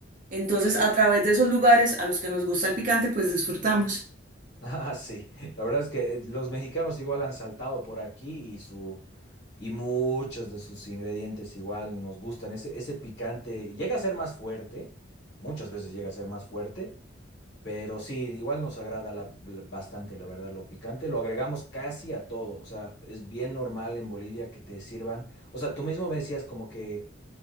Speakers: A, on the right; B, on the left.
A: Entonces, a través de esos lugares a los que nos gusta el picante, pues disfrutamos.
B: Ah, sí. La verdad es que eh, los mexicanos igual han saltado por aquí y su y muchos de sus ingredientes igual nos gustan. Ese, ese picante llega a ser más fuerte, muchas veces llega a ser más fuerte, pero sí, igual nos agrada la- la- bastante, la verdad, lo picante. Lo agregamos casi a todo. O sea, es bien normal en Bolivia que te sirvan. O sea, tú mismo me decías como que